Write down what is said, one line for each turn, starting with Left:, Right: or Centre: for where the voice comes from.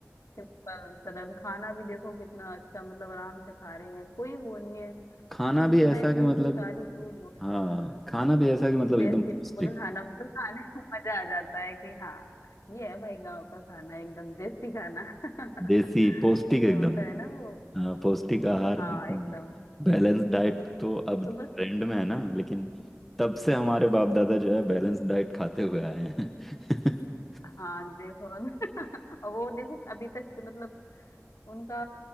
Left: सिंपल सरल खाना भी देखो कितना अच्छा मतलब आराम से खा रहे हैं कोई वो नहीं है
Centre: खाना
Left: और
Centre: भी
Left: इस
Centre: ऐसा
Left: टाइम
Centre: कि
Left: देखो
Centre: मतलब
Left: सारी चीज वही
Centre: हाँ खाना भी ऐसा कि मतलब
Left: देसी
Centre: एकदम पौष्टिक
Left: बिल्कुल खाना मतलब खाने में मजा आ जाता है कि हाँ ये है भाई गांव का खाना एकदम देसी खाना <laughs>
Centre: देसी पौष्टिक
Left: जो
Centre: एकदम
Left: होता है ना वो
Centre: हाँ पौष्टिक आहार
Left: हाँ
Centre: एकदम
Left: एकदम
Centre: बैलेंस डाइट तो अब
Left: तो
Centre: ट्रेंड
Left: बस
Centre: में है ना लेकिन तब से हमारे बाप दादा जो है बैलेंस डाइट खाते हुए आए हैं <laughs>
Left: हाँ देखो <laughs> और वो देखो अभी तक मतलब उनका